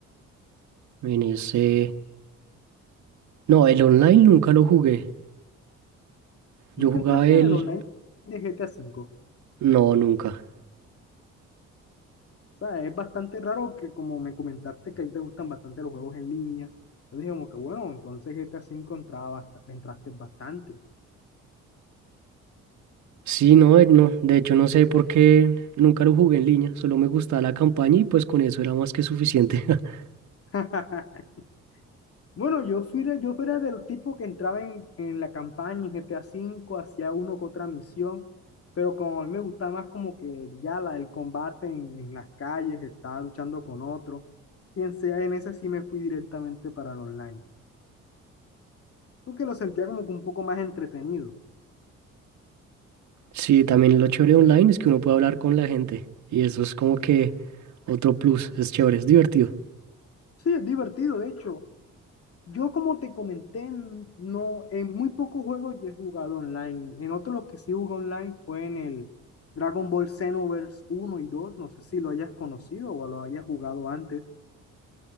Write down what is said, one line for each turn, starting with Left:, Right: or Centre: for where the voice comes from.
Right: En ese... No, el online nunca lo jugué. Yo
Left: ¿Nunca
Right: jugaba
Left: entraste
Right: el...
Left: en el online de GTA V?
Right: No, nunca.
Left: O sea, es bastante raro que como me comentaste que a ti te gustan bastante los juegos en línea, yo dije como que bueno, entonces GTA V entraba bast- entraste bastante.
Right: Sí, no, eh, no, de hecho no sé por qué nunca lo jugué en línea, solo me gustaba la campaña y pues con eso era más que suficiente. <laughs>
Left: <laughs> Bueno, yo fui, de- yo era del tipo que entraba en, en la campaña en GTA V, hacía uno que otra misión, pero como a mí me gustaba más como que ya la, el combate en, en las calles, estaba luchando con otro, y en, ese- en ese sí me fui directamente para el online, porque lo sentía como que un poco más entretenido.
Right: Sí, también lo chévere online es que uno puede hablar con la gente y eso es como que otro plus, es chévere, es divertido.
Left: Sí, es divertido, de hecho. Yo, como te comenté, n- no, en muy pocos juegos yo he jugado online. En otros los que sí jugué online fue en el Dragon Ball Xenoverse uno y dos No sé si lo hayas conocido o lo hayas jugado antes.